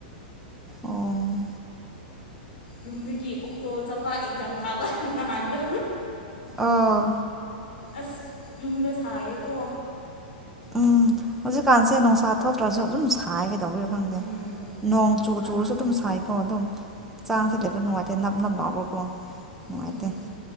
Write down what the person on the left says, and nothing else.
ꯌꯨꯝꯗꯒꯤ ꯑꯣꯛꯇꯣ ꯆꯠꯄ ꯑꯦꯛꯖꯥꯝ ꯊꯥꯕ ꯅꯍꯥꯟꯗꯣ
ꯑꯁ ꯌꯨꯝꯗ ꯁꯥꯏꯌꯦꯀꯣ
ꯎꯝ
ꯁꯥꯏ
ꯎꯝ